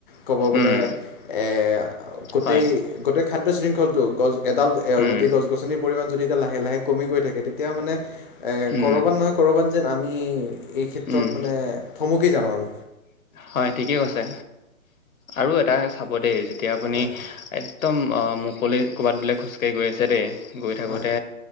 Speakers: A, on the left; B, on the left.
A: ক'ব গ'লে
B: উম,
A: এ গোটেই
B: হয়,
A: গোটেই খাদ্য শৃংখলটো গছ এডাল
B: উম,
A: গোটেই গছ গছনিৰ পৰিমাণ যদি লাহে লাহে কমি গৈ থাকে তেতিয়া মানে এ
B: উম,
A: কৰবাত নহয় কৰবাত যেন আমি এই ক্ষেত্ৰত
B: উম,
A: মানে থমকি যাম আৰু।
B: হয় ঠিকে কৈছে আৰু এটা চাব দেই যেতিয়া আপুনি
A: হয়
B: একদম মুকলি ক'ৰবাত বোলে খোজকাঢ়ি গৈ আছে দেই গৈ থাকোঁতে
A: হয়